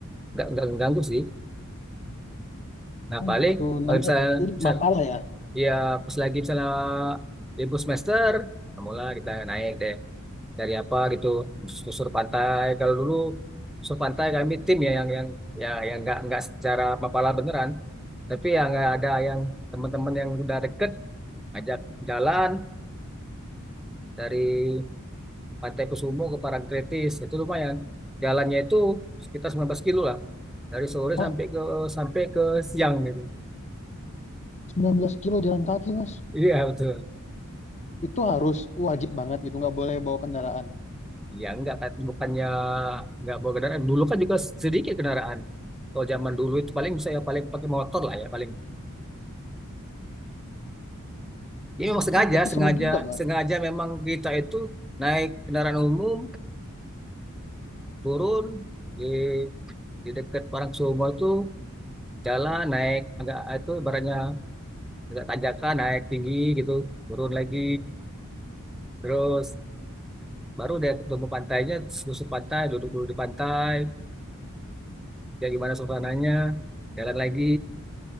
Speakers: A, in the centre; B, on the left (about 30°).
A: nggak nggak mengganggu sih. Nah
B: Oh,
A: paling
B: gitu.
A: kalau
B: Namanya
A: misalnya,
B: tadi
A: misalnya
B: Mapala ya?
A: Iya, pas lagi misalnya libur semester, nah mulai kita naik deh dari apa gitu, susur pantai. Kalau dulu susur pantai kami tim ya yang yang ya yang nggak nggak secara mapala beneran, tapi yang nggak ada yang teman-teman yang udah deket ajak jalan dari Pantai Kusumo ke Parangtritis itu lumayan. Jalannya itu sekitar 19 kilo lah dari sore
B: Oh,
A: sampai ke sampai ke siang gitu.
B: 19 kilo jalan kaki, Mas.
A: Iya betul.
B: Itu harus wajib banget gitu, nggak boleh bawa kendaraan.
A: Ya enggak kan bukannya enggak bawa kendaraan. Dulu kan juga sedikit kendaraan. Kalau zaman dulu itu paling bisa ya paling pakai motor lah ya paling. Ya
B: Oh,
A: memang
B: tapi
A: sengaja,
B: tapi
A: sengaja,
B: seru juga, Mas.
A: sengaja memang kita itu naik kendaraan umum, turun di di dekat orang semua itu jalan naik agak itu ibaratnya agak tanjakan naik tinggi gitu, turun lagi. Terus baru dia ketemu pantainya, susur pantai, duduk dulu di pantai, ya gimana suasananya, jalan lagi.